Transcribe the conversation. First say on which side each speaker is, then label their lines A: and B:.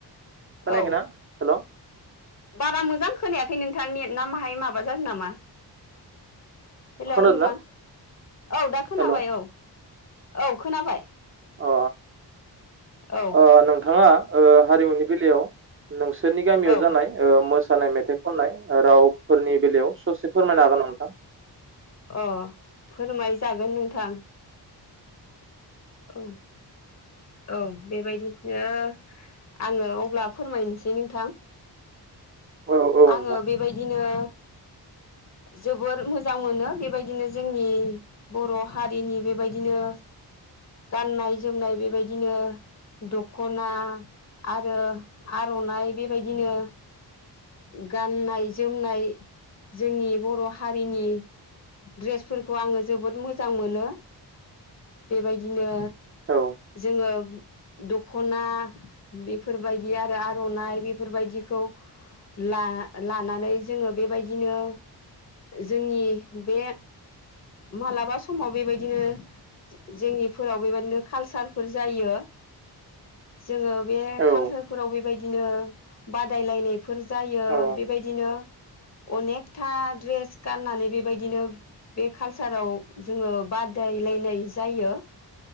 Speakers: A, on the right; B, on the left.
A: खोनायाखैना
B: औ
A: हेल'
B: बारा मोजां खोनायाखै नोंथां नेट ना माहाय माबा जादों नामा हेलौ
A: खोनादोंना
B: नोंथां औ दा खोनाबाय
A: हेल'
B: औ-औ खोनाबाय
A: अ
B: औ
A: ओ नोंथांङा ओ हारिमुनि बेलायाव नोंसोरनि गामियाव
B: औ
A: जानाय ओ‌ मोस मोसानाय मेथाइ खननाय रावफोरनि बेलायाव ससे फोरमायनो हागोन नोंथां
B: अ फोरमाय जागोन नोंथां औ औ बेबायदिनो आंङो अब्ला फोरमायनोसै नोंथां
A: औ औ
B: आंङो
A: नोंथां
B: बेबायदिनो
A: <inaudible>
B: जोबोर मोजां मोनो बेबायदिनो जोंनि बर हारिनि बेबायदिनो गाननाय जोमनाय बेबायदिनो दखना आरो आरनाइ बेबायदिनो गाननाय जोमनाय जोंनि बर' हारिनि ड्रेसफोरखौ आंङो जोबोद मोजां मोनो बेबायदिनो
A: औ
B: जोंङो दखना बेफोरबायदि आरो आरनाइ बेफोरबायदिखौ ला-लानानै जोंङो बेबायदिनो जोंनि बे मालाबा समाव बेबायदिनो जोंनिफोराव बेबायदिनो कालसारफोर जायो
A: <inaudible>
B: जोंङो बे
A: औ
B: कालसारफोराव बेबायदिनो बादायलायनायफोर जो जायो
A: औ
B: बेबायदिनो अनेकथा ड्रेस गाननानै बेबायदिनो बे कालसाराव जोङो बादायलायनाय जायो।